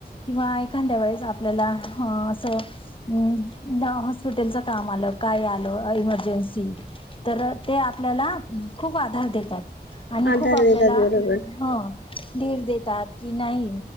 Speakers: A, on the left; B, on the left.
A: किंवा एखाद्या वेळेस आपल्याला ह असं. हम्म दवा हॉस्पिटलच काम आलं काय आलं इमर्जन्सी तर ते आपल्याला खूप आधार देतात. आणि
B: आधार
A: खूप आपल्याला
B: देतात बरोबर
A: हो धीर देतात. कि नाही